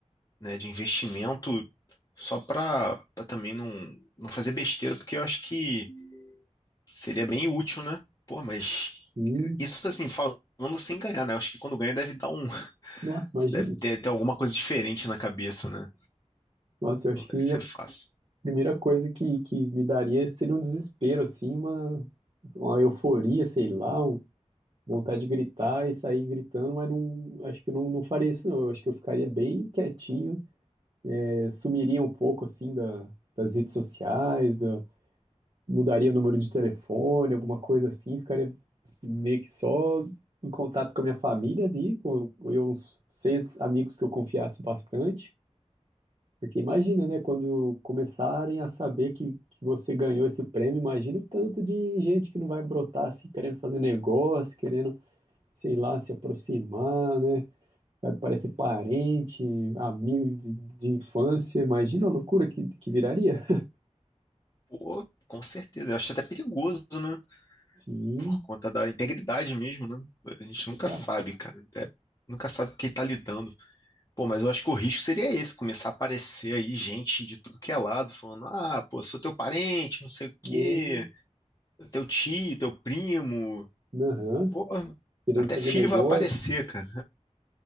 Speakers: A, on the left; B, on the right.
A: né, de investimento só para também não, não fazer besteira, porque eu acho que seria bem útil, né? Pô, mas
B: Hum,
A: isso assim, falando sem ganhar, né? Eu acho que quando ganha deve dar um. <laughs>
B: nossa, imagina.
A: Você deve ter, ter alguma coisa diferente na cabeça, né?
B: Nossa, eu acho
A: Não deve
B: que
A: ser
B: a
A: fácil.
B: primeira coisa que, que me daria seria um desespero, assim, uma, uma euforia, sei lá, um vontade de gritar e sair gritando, mas não, acho que não, não faria isso não. Eu acho que eu ficaria bem quietinho, eh, sumiria um pouco assim da, das redes sociais, da, mudaria o número de telefone, alguma coisa assim, ficaria meio que só em contato com a minha família ali, com, com eu, uns seis amigos que eu confiasse bastante. Porque imagina, né, quando começarem a saber que, que você ganhou esse prêmio, imagina o tanto de gente que não vai brotar assim, querendo fazer negócio, querendo sei lá, se aproximar, né? Vai parecer parente, amigo de, de infância. Imagina a loucura que, que viraria.
A: Pô, com certeza. Eu acho até perigoso, né?
B: Sim,
A: Por conta da integridade mesmo, né? A gente nunca
B: exato.
A: sabe, cara. Até- nunca sabe com quem tá lidando. Pô, mas eu acho que o risco seria esse, começar a aparecer aí gente de tudo que é lado, falando, ah, pô, sou teu parente, não sei o
B: Né?
A: quê, teu tio, teu primo,
B: Aham.
A: pô,
B: Querendo
A: até
B: fazer
A: filho
B: negócio.
A: vai aparecer, cara.